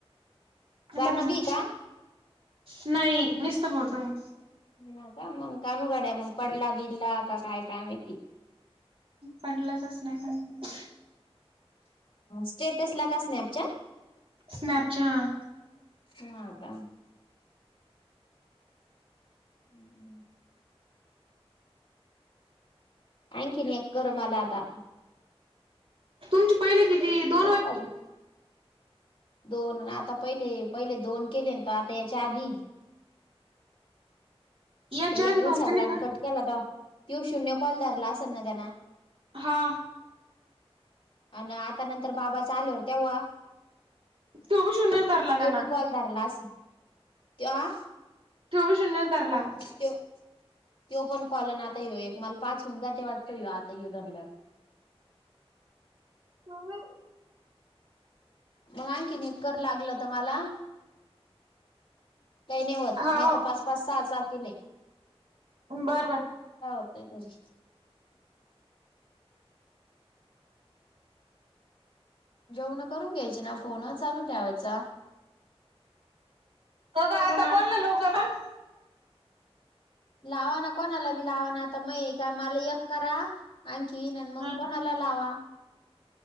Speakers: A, on the left; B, on the right.
A: गाणं
B: बघा
A: बी
B: ना.
A: का
B: नाही. निस्त फोटो आहे.
A: ह का मग कानू गड्या मग पडला बिडला का काय काय माहिती?
B: पडलाच असल एखादं
A: स्टेटसला का स्नॅपच्या?
B: स्नॅपच्या हां.
A: हा का? हम्म. आणखीन एक कर मला आता.
B: तुमची पहिली किती? की दो
A: एक अजून. दोन अन आता पहिले-पहिले दोन, केलें न तुवा आता याच्या आधी?
B: याच्या
A: ते
B: आधी
A: एक
B: दोन
A: उचलला
B: केले
A: आणि
B: का
A: कट केला तवा तो शून्य कॉल धरला असंल ना त्याना.
B: हा.
A: आणि आता नंतर, बाबाचा आलेवर तेव्हा
B: तो बी शून्यच धरला
A: त्यो
B: त्यांना
A: बी कॉल धरला असल, त्यो आ?
B: तो बी शून्यच धरला.
A: त्यो, त्यो पण कॉल अन आता ये एक मला पाच होऊन जाते वाटतो ये आता ये धरल्यावर.
B: मम्मी
A: मग आणखीन एक कर, लागलं तर मला. काही नाही व्हत.
B: हा
A: मी आता पाच-पाच सहा-सहा केले.
B: बरं बरं.
A: काय होतय तरी? जेवण करून घ्यायचे ना? फोन चालू ठेवायचा.
B: क का आता कोणला <unintelligible>
A: लावाना कोणाला बी लावाना आता मइ मग का मला एक करा आणखीन इनन मग
B: हा
A: कोणाला लावा.